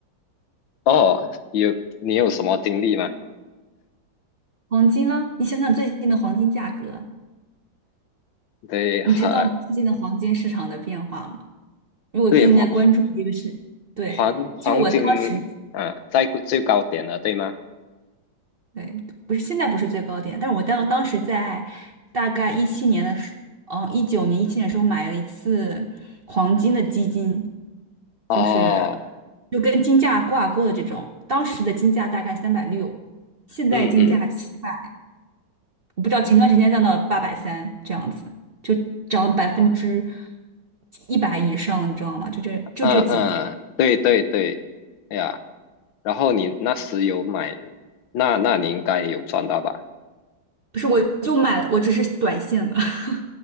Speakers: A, on the left (about 80°); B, on the right (about 50°).
A: 哦，有你有什么经历吗？
B: 黄金啊，你想想最近的黄金价格。
A: 对，呃，
B: 你知道最近的黄金市场的变化吗？因为我最近在关注这个事，
A: 对黄黄
B: 对，
A: 黄黄金
B: 就我当时，
A: 啊，在最高点了，对吗？
B: 对，不是现在不是最高点，但是我当当时在大概一七年的时，嗯，一九年、一七年的时候买了一次黄金的基金，
A: 哦，
B: 就是就跟金价挂钩的这种，当时的金价大概三百六，现在金价七百。
A: 嗯嗯，
B: 我不知道前段时间降到八百三这样子，就涨了百分之
A: 啊
B: 一百以上，你知道吗？就这就这几年，
A: 嗯嗯，对对对，哎呀。然后你那时有买，那那你应该有赚到吧？
B: 不是，我就买了，我只是短线的，<laughs>